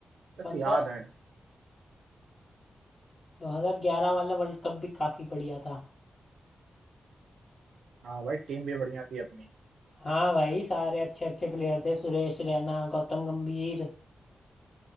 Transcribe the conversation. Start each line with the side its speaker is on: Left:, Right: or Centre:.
Right: बस
Left: पंद्रह
Right: याद है
Left: 2011 वाला वर्ल्ड कप भी काफी बढ़िया था
Right: हाँ भाई टीम भी बढ़िया थी अपनी
Left: हाँ भाई सारे अच्छे अच्छे प्लेयर थे सुरेश रैना गौतम गंभीर